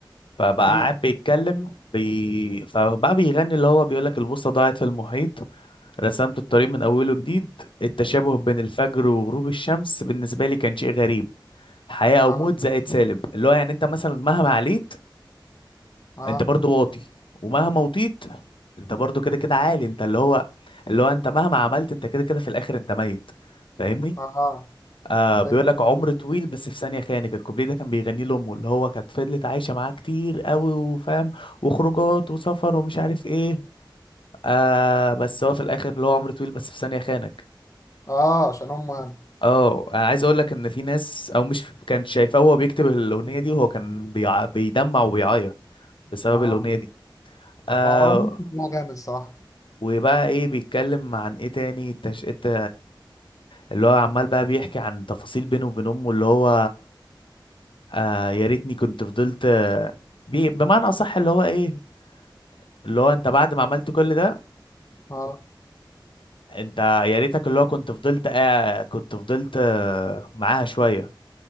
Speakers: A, on the left (about 75°); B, on the left (about 40°).
A: فبقى
B: اوكي
A: قاعد بيتكلم بي... فبقى بيغني اللي هو بيقول لك البوصه ضاعت في المحيط رسمت الطريق من أوله جديد التشابه بين الفجر وغروب الشمس بالنسبة لي كان شيء غريب حياة
B: اه
A: أو موت زائد سالب اللي هو يعني أنت مثلا مهما عليت
B: اه
A: أنت برضو واطي ومهما وطيت أنت برضو كده كده عالي أنت اللي هو اللي هو أنت مهما عملت أنت كده كده في الآخر أنت ميت فاهمني؟
B: اه اه
A: آه بيقول
B: فهمت.
A: لك عمر طويل بس في ثانية خانك الكوبليه ده كان بيغنيه لأمه اللي هو كانت فضلت عايشة معاه كتير قوي وفاهم وخروجات وسفر ومش عارف إيه آه بس هو في الآخر اللي هو عمر طويل بس في ثانية خانك
B: اه عشان هم يعني
A: اه انا عايز اقول لك ان في ناس او مش كانت شايفاه وهو بيكتب الاغنيه دي وهو كان بيع... بيدمع وبيعيط بسبب
B: اه
A: الاغنيه دي آه
B: مروان موسى كان جامد الصراحة
A: وبقى ايه بيتكلم عن ايه تاني التش... الت... اللي هو عمال بقى بيحكي عن تفاصيل بينه وبين امه اللي هو آه يا ريتني كنت فضلت آه، بي... بمعنى اصح اللي هو ايه اللي هو انت بعد ما عملت كل ده
B: اه
A: انت يا ريتك اللي هو كنت فضلت آه كنت فضلت آه معاها شويه